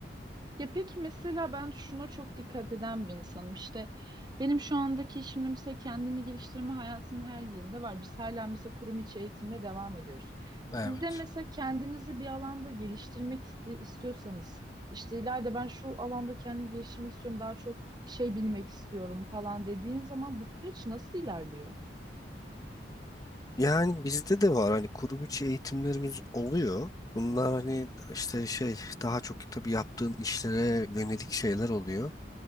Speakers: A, on the right (about 25°); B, on the left (about 20°).
A: Ya peki mesela ben şuna çok dikkat eden bir insanım. İşte benim şu andaki işim mesela kendini geliştirme hayatımın her yerinde var. Biz hala mesela kurum içi eğitimle devam ediyoruz. Siz
B: Evet.
A: de mesela kendinizi bir alanda geliştirmek iste- istiyorsanız işte ileride ben şu alanda kendimi geliştirmek istiyorum daha çok şey bilmek istiyorum falan dediğin zaman bu süreç nasıl ilerliyor?
B: Yani bizde de var hani kurum içi eğitimlerimiz oluyor. Bunlar hani işte şey daha çok tabii yaptığın işlere yönelik şeyler oluyor.